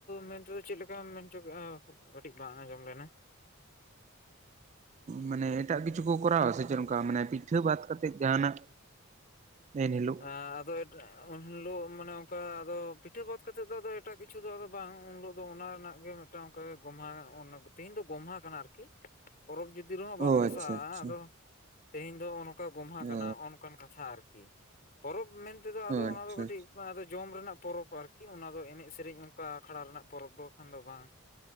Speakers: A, on the left; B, on the right.
A: ᱢᱮᱱᱛᱮᱫᱚ ᱪᱮᱫ ᱞᱮᱠᱟᱢ ᱢᱮᱱ ᱦᱚᱪ ᱠᱟᱜᱼᱟ ᱠᱟᱹᱴᱤᱡ ᱵᱟᱝ ᱟᱸᱡᱚᱢ ᱞᱮᱱᱟ?
B: ᱢᱟᱱᱮ ᱮᱴᱟᱜ ᱠᱤᱪᱷᱩ ᱠᱚ ᱠᱚᱨᱟᱣᱟ ᱥᱮ ᱪᱮᱫ ᱚᱱᱠᱟ ᱢᱟᱱᱮ ᱯᱤᱴᱷᱟᱹ ᱵᱟᱫ ᱠᱟᱛᱮᱜ ᱡᱟᱦᱟᱱᱟᱜ ᱮᱱᱦᱤᱞᱳᱜ
A: ᱟᱫᱚ ᱩᱱ ᱦᱤᱞᱳᱜ ᱢᱟᱱᱮ ᱚᱱᱠᱟ ᱯᱤᱴᱷᱟᱹ ᱵᱟᱫ ᱠᱟᱛᱮ ᱫᱚ ᱮᱴᱟᱜ ᱠᱤᱪᱷᱩ ᱫᱚ ᱵᱟᱝ ᱩᱱ ᱦᱤᱞᱚᱜ ᱫᱚ ᱚᱱᱟ ᱨᱮᱱᱟᱜ ᱜᱮ ᱢᱤᱫᱴᱟᱝ ᱚᱱᱠᱟ ᱜᱚᱢᱦᱟ ᱛᱮᱦᱤᱧ ᱫᱚ ᱜᱚᱢᱦᱟ ᱠᱟᱱᱟ ᱟᱨᱠᱤ ᱯᱚᱨᱚᱵᱽ ᱡᱩᱫᱤ ᱨᱮᱦᱚᱸ ᱵᱟᱢ
B: ᱚ
A: ᱢᱮᱥᱟᱜᱼᱟ
B: ᱟᱪᱪᱷᱟ ᱟᱪᱪᱷᱟ
A: ᱟᱫᱚ ᱛᱮᱦᱮᱧ ᱫᱚ ᱱᱚᱝᱠᱟ ᱜᱚᱢᱦᱟ
B: ᱚ
A: ᱠᱟᱱᱟ ᱚᱱᱠᱟᱱ ᱠᱟᱛᱷᱟ ᱟᱨᱠᱤ ᱯᱚᱨᱚᱵᱽ ᱢᱮᱱᱛᱮ ᱫᱚ ᱟᱫᱚ
B: ᱟᱪᱪᱷᱟ
A: ᱚᱱᱟ ᱫᱚ ᱠᱟᱹᱴᱤᱡ
B: ᱟᱪᱪᱷᱟ
A: ᱵᱟᱝ ᱟᱫᱚ ᱡᱚᱢ ᱨᱮᱱᱟᱜ ᱯᱚᱨᱚᱵᱽ ᱟᱨᱠᱤ ᱚᱱᱟ ᱫᱚ ᱮᱱᱮᱡ ᱥᱮᱨᱮᱧ ᱚᱱᱠᱟ ᱟᱠᱷᱲᱟ ᱨᱮᱱᱟᱜ ᱯᱚᱨᱚᱵᱽ ᱫᱚ ᱠᱷᱟᱱ ᱫᱚ ᱵᱟᱝ